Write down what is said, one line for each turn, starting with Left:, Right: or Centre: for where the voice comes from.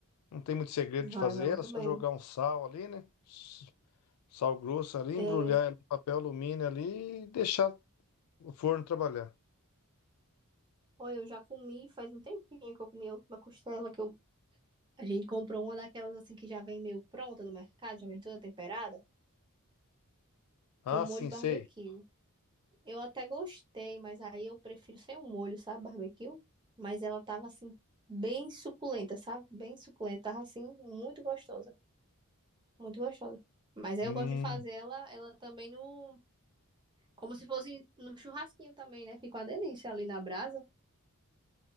Left: Não tem muito segredo
Right: Vai,
Left: de fazer
Right: vai
Left: ela,
Right: muito
Left: só
Right: bem.
Left: jogar um sal ali, né? S- Sal grosso ali,
Right: É,
Left: embrulhar ela no papel alumínio ali e deixar o forno trabalhar.
Right: olha, eu já comi faz um tempinho que eu comi a última costela que eu, a gente comprou uma daquelas assim que já vem meio pronta do mercado, já vem toda temperada,
Left: Ah,
Right: com molho
Left: sim,
Right: barbecue.
Left: sei.
Right: Eu até gostei, mas aí eu prefiro sem o molho, sabe, barbecue? Mas ela tava assim, bem suculenta, sabe? Bem suculenta. Tava assim, muito gostosa. Muito gostosa. Mas aí
Left: Hum,
Right: eu gosto de fazer ela, ela também no, como se fosse no churrasquinho também, né? Fica uma delícia ali na brasa.